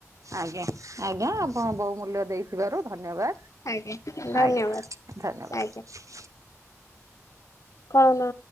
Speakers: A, on the right; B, on the left.
A: ଆଜ୍ଞା ଆଜ୍ଞା ଆପଣ ବହୁ ମୂଲ୍ୟ ଦେଇଥିବାରୁ ଧନ୍ୟବାଦ।
B: ଆଜ୍ଞା ଧନ୍ୟବାଦ
A: ଆଜ୍ଞା ଧନ୍ୟବାଦ
B: ଆଜ୍ଞା ଖଳନା